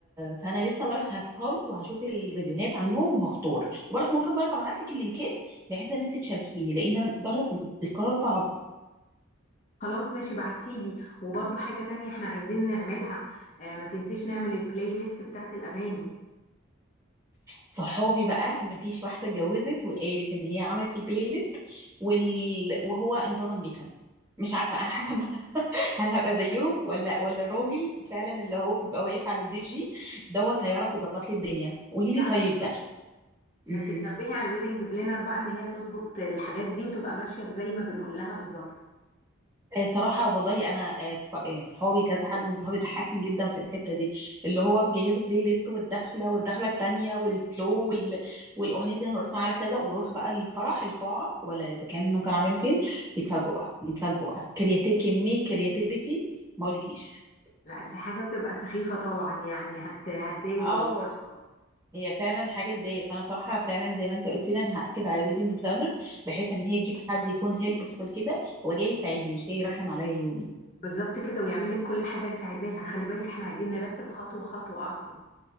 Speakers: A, on the right; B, on the left.
A: فانا لسه برك هدخل وهشوف الريفيوهات عنهم وهختار برك ممكن برك ابعت لك اللينكات بحيث ان انت تشاركيني لان انا برضك القرار صعب
B: خلاص ماشي بعتيلي وبرضو حاجة تانية احنا عايزين نعملها آه ما تنسيش نعمل البلاي ليست بتاعت الأغاني
A: صحابي بقى مفيش واحدة اتجوزت وقالت ان هي عملت البلاي ليست وال... وهو انتظم بيها مش عارفة انا حاسة ان هل هابقى زيهم ولا ولا الراجل فعلا اللي هو بيبقى واقف على الدي جي دوت هيعرف يظبط لي الدنيا قولي لي
B: لا
A: طيب
B: ما انت- ما
A: امم
B: انت تنبهي على الويدنج بلانر بقى ان هي تظبط الحاجات دي وتبقى ماشية زي ما بنقول لها بالظبط
A: آه، صراحة والله أنا آه، ب- آه، صحابي كذا حد من صحابي ضحكني جدا في الحتة دي اللي هو بيجهزوا بلاي ليست والدخلة والدخلة التانية والسلو وال... والأغنية دي هنرقص معاها على كذا ويروح بقى الفرح القاعة ولا إذا كان كانوا عاملينه فين يتفاجئوا بقى يتفاجئوا بقى كرياتيف كمية كرياتيفيتي ما أقولكيش
B: لا دي حاجة بتبقى سخيفة طبعا يعني هت... هتضايق
A: اه
B: وتعصب
A: هي فعلا حاجه تضايق فانا صراحه فعلا زي ما انت قلتي لي انا هاكد على ويدنج بلانر بحيث ان هي تجيب حد يكون هيلبفول كده هو جاي يساعدني مش جاي يرخم عليا يومي
B: بالظبط كده ويعمل لك كل حاجة انت عايزاها خلي بالك احنا عايزين نرتب خطوة خطوة أصلا